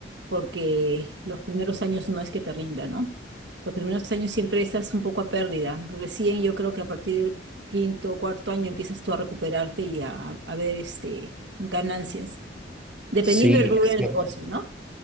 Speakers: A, on the right; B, in the centre.
A: porque los primeros años no es que te rinda, ¿no? Los primeros años siempre estás un poco a pérdida. Recién yo creo que a partir del quinto, cuarto año empiezas tú a recuperarte y a, a ver este, ganancias, dependiendo
B: Sí,
A: del rubro
B: es
A: del
B: cierto.
A: negocio, ¿no?